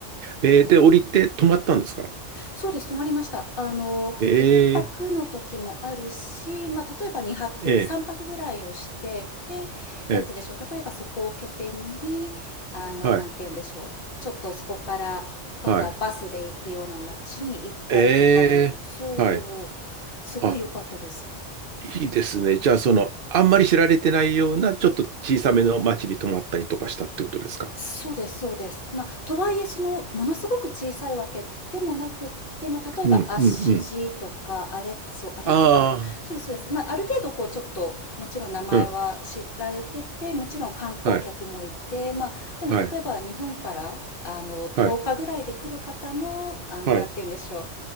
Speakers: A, on the right; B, on the left.
A: ええ、で、降りて止まったんですか。
B: そうです、泊まりました。あの、
A: え
B: 一泊の時もあるし、
A: え。
B: まあ、例えば2泊、
A: ええ。
B: 3泊ぐらいをして、で、なんて言うんでしょう、
A: え、
B: 例えばそこを拠点に、あの、
A: はい、
B: なんて言うんでしょう、ちょっとそこから、今度はバスで行くような街に行ったりとかも、
A: はい、え
B: そう、
A: え、はい。
B: すごい良かったです。
A: あ、いいですね。じゃあ、その、あんまり知られてないような、ちょっと小さめの町に泊まったりとかしたってことですか。
B: そうですそうです。まあ、とはいえそのものすごく小さいわけでもなくって、まあ、例えばアッシジとかアレッツォ、
A: うん、うん、うん。
B: アレッツォかな、
A: あ
B: そうですそうです。まあ、ある程度こうちょっともちろん名前は知られてて、
A: あ、うん。
B: もちろん観光客もいて、
A: はい、
B: まあ、でも例えば日本からあの10日ぐらいで来る方の、
A: はい、はい、
B: あのなんて言うんでしょう、
A: はい、